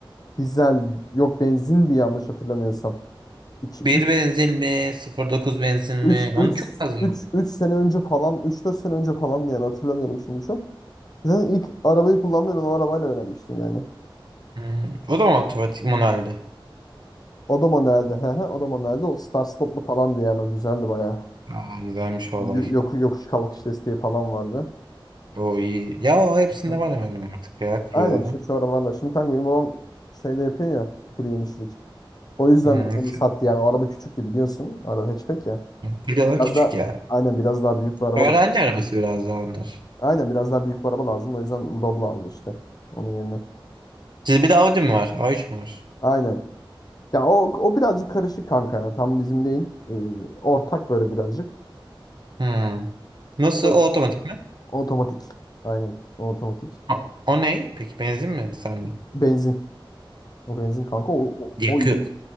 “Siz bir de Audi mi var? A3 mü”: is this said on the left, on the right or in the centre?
Right